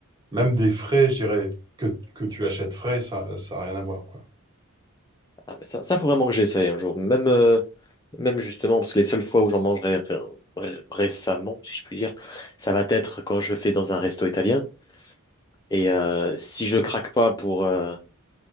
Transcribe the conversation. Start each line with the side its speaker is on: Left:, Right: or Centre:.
Right: Même des frais, je dirais, que, que tu achètes frais, ça ça a rien à voir, quoi.
Left: Ah, mais ça, ça, faut vraiment que j'essaye un jour. Même, euh, même justement, parce que les seules fois où j'en mangerai ré- ré- récemment, si je puis dire, ça va être quand je fais dans un resto italien. Et euh, si je craque pas pour... euh,